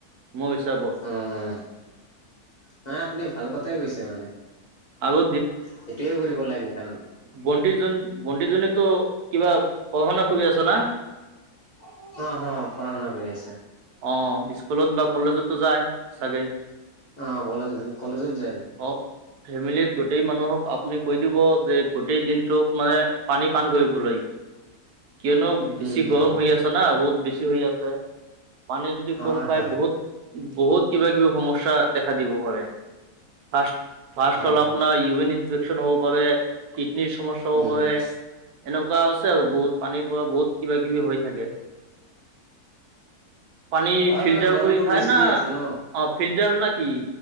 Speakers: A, on the right; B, on the left.
A: মোৰ হিচাপত।
B: অঁ', -অঁ', নাই আপুনি ভাল কথাই কৈছে মানে।
A: আৰু
B: সেইটোয়ে কৰিব লাগে সেইকাৰণে।
A: ভণ্টি জন, ভণ্টি জনীকো কিবা পঢ়া শুনা কৰি আছে না?
B: অঁহ', -অঁহ', -পঢ়া শুনা কৰি আছে।
A: অঁ', স্কুলত বা কলেজতো যায় চাগে।
B: অঁ', -কলেজ-কলেজত যায়।
A: অহ'। ফেমিলিত গোটেই মানুহক আপুনি কৈ দিব যে গোটেই দিনটোত মানে পানী পান কৰিবলৈ। কিয়নো
B: উম
A: বেছি
B: উম
A: গৰম
B: উম
A: হৈ আছে না ৰ'দ বেছি হৈ আছে। পানী যদি
B: হয়
A: কম খাই
B: হয়
A: বহুত- বহুত কিবা কিবি সমস্যা দেখা দিব পাৰে। ফাৰ্ষ্ট -
B: হয়
A: হ'ল
B: হয়
A: আপোনাৰ ইউৰিন ইনফেকচন হ'ব পাৰে, কিডনিৰ সমস্যা হ'ব
B: উম
A: পাৰে। এনেকুৱা আছে আৰু বহুত পানীৰ পৰা বহুত কিবা কিবি হৈ থাকে। পানী
B: হয়
A: ফিল্টাৰ
B: মানে গৰমটো
A: কৰি খায়
B: বেছি
A: না,
B: দি আছে ন
A: অঁ' ফিল্টাৰ না কি